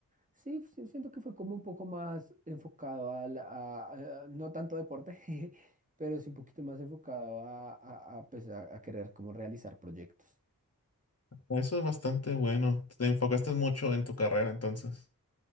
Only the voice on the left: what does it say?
Eso es bastante bueno. Te enfocaste mucho en tu carrera entonces.